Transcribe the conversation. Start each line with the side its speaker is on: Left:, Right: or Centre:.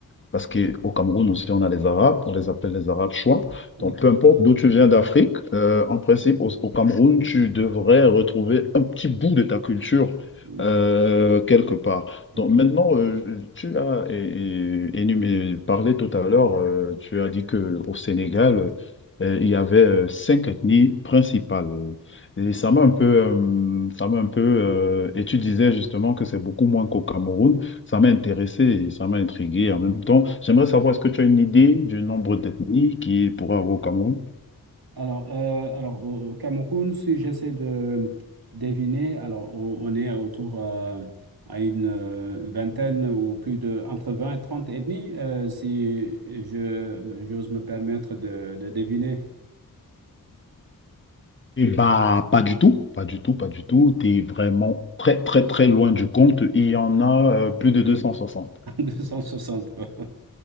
Left: parce qu'au Cameroun aussi, on a les Arabes, on les appelle les Arabes chouans.
Right: D'accord.
Left: Donc, peu importe d'où tu viens d'Afrique, euh, en principe, au, au Cameroun, tu devrais retrouver un petit bout de ta culture
Right: Mm,
Left: euh, quelque part.
Right: ok.
Left: Donc, maintenant, euh, tu as et, et- énumé- parlé tout à l'heure, euh, tu as dit qu'au Sénégal, euh, il y avait euh, cinq ethnies principales. Et ça m'a un peu, euh, ça m'a un peu, euh, et tu disais justement que c'est beaucoup moins qu'au Cameroun. Ça m'a intéressé et ça m'a intrigué en même temps. J'aimerais savoir, est-ce que tu as une idée du nombre d'ethnies qu'il pourrait avoir au Cameroun?
Right: Alors, euh, alors au au Cameroun, si j'essaie de deviner, alors on on est autour euh, à une euh, vingtaine ou plus de, entre 20 et 30 ethnies, euh, si je, j'ose me permettre de, de deviner,
Left: Eh bah, pas du tout, pas du tout, pas du tout. Tu es vraiment très, très, très loin du compte. Il y en a euh, plus de 260.
Right: <laughs> 260. quoi.